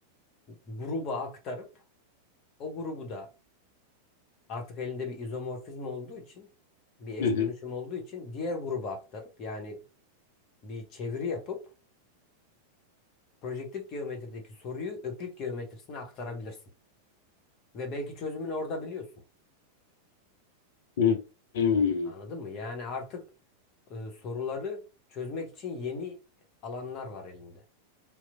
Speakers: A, on the left; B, on the left.
A: gruba aktarıp o grubu da artık elinde bir izomorfizm olduğu için bir eş
B: hı hı,
A: dönüşüm olduğu için diğer gruba aktarıp yani bir çeviri yapıp projektif geometrideki soruyu öklit geometrisine aktarabilirsin. Ve belki çözümünü orada biliyorsun.
B: hı hı.
A: Anladın mı? Yani artık e, soruları çözmek için yeni alanlar var elinde.